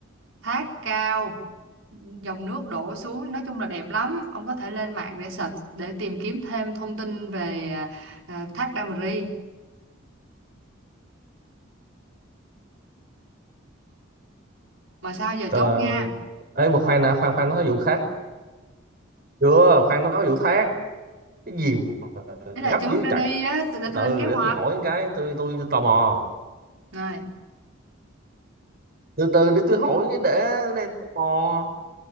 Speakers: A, on the right (about 80°); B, on the right (about 50°).
A: Thác cao dòng nước đổ xuống nói chung là đẹp lắm ông có thể lên mạng để search để tìm kiếm thêm thông tin về à, à, thác Đa Mờ Ri mà sao giờ
B: Trời
A: chốt nha
B: ơi, mà khoan đã, khoan khoan nói vụ khác. Chưa, khoan nói vụ khác. Cái gì mà
A: thế là
B: gấp
A: chốt
B: dữ
A: để
B: trời.
A: đi á t- để
B: Từ
A: tôi
B: từ
A: lên kế hoạch
B: để tôi hỏi cái, tôi tôi, tôi tò mò.
A: này
B: Từ từ để tôi hỏi cái để để tò mò.